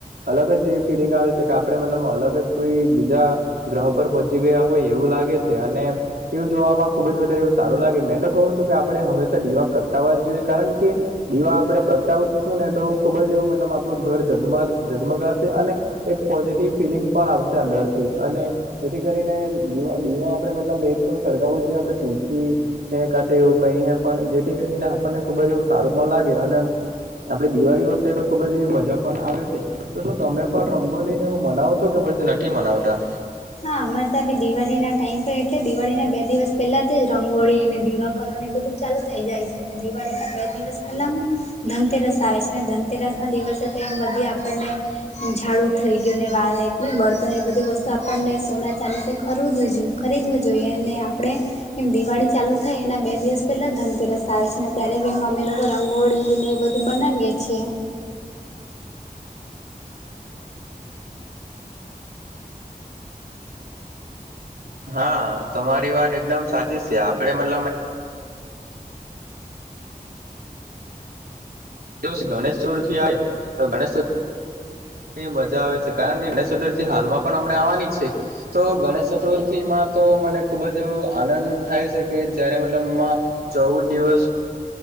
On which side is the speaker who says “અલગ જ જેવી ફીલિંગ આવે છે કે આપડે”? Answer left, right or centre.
Right